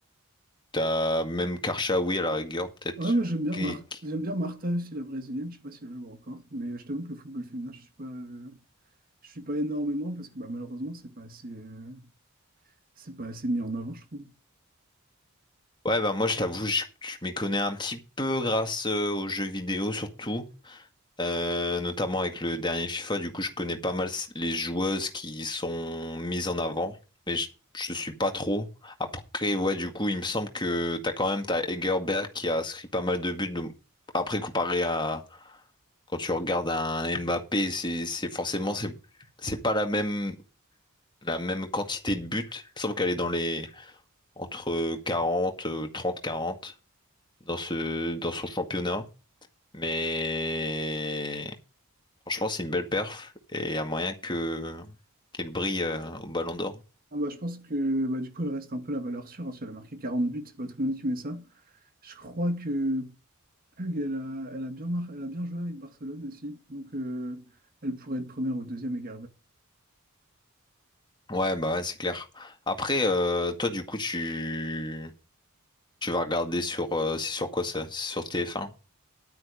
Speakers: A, on the left; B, on the right.
A: t'as même Karchaoui à la rigueur peut-être.
B: Ouais, moi j'aime bien
A: qui-
B: Martha,
A: qui-
B: j'aime bien Martha aussi, la brésilienne. Je sais pas si elle joue encore, mais je t'avoue que le football féminin, je suis pas, euh, je suis pas énormément parce que bah, malheureusement c'est pas assez, euh, c'est pas assez mis en avant, je trouve.
A: Ouais bah moi je t'avoue je, je m'y connais un petit peu grâce euh, aux jeux vidéo surtout, euh, notamment avec le dernier FIFA, du coup je connais pas mal les joueuses qui sont mises en avant, mais je, je suis pas trop. Après ouais du coup il me semble que t'as quand même t'as Egerberg qui a inscrit pas mal de buts, donc après comparé à Quand tu regardes un Mbappé, c'est c'est forcément c'est c'est pas la même la même quantité de buts. Il me semble qu'elle est dans les entre 40 euh, 30, 40 dans ce dans son championnat. Mais franchement, c'est une belle perf et il y a moyen que qu'elle brille euh, au Ballon d'Or.
B: Ah bah, je pense que bah, du coup elle reste un peu la valeur sûre. hein. Si elle a marqué 40 buts, c'est pas tout le monde qui met ça. Je crois que Pug, elle a, elle a bien mar- elle a bien joué avec Barcelone aussi, donc euh, elle pourrait être première ou deuxième avec
A: Ouais, bah ouais, c'est clair. Après, euh, toi, du coup, tu tu vas regarder sur euh, c'est sur quoi ça? C'est sur TF1,